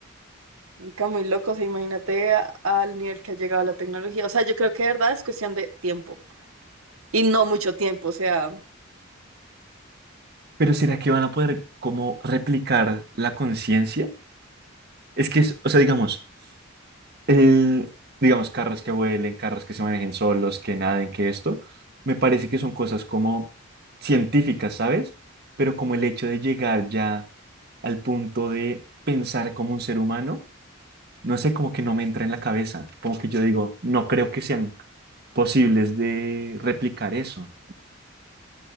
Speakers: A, on the right; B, on the right.
A: está muy loco, o sea, imagínate a- al nivel que ha llegado la tecnología. O sea, yo creo que de verdad es cuestión de tiempo y no mucho tiempo, o sea,
B: Pero ¿será que van a poder como replicar la conciencia? Es que es, o sea, digamos. el, digamos, carros que vuelen, carros que se manejen solos, que naden, que esto, me parece que son cosas como científicas, ¿sabes? Pero como el hecho de llegar ya al punto de pensar como un ser humano, no sé, como que no me entra en la cabeza, como que yo digo, no creo que sean posibles de replicar eso.